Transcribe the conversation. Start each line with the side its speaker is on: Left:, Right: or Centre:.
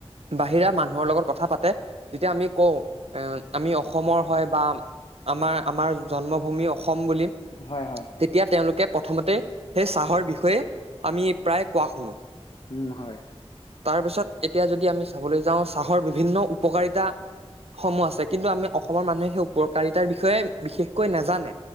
Right: বাহিৰা মানুহৰ লগত কথা পাতে। যেতিয়া আমি কওঁ এ আমি অসমৰ হয় বা। আমাৰ আমাৰ জন্মভূমি অসম বুলি।
Left: হয় হয়।
Right: তেতিয়া তেওঁলোকে প্ৰথমতে সেই চাহৰ বিষয়ে আমি প্ৰায় কোৱা শুনো।
Left: উম হয়।
Right: তাৰ পিছত এতিয়া যদি আমি চাবলৈ যাওঁ চাহৰ বিভিন্ন উপকাৰিতা। সমূহ আছে কিন্তু আমি অসমৰ মানুহে সেই উপকাৰিতাৰ বিষয়ে বিশেষকৈ নাজানে।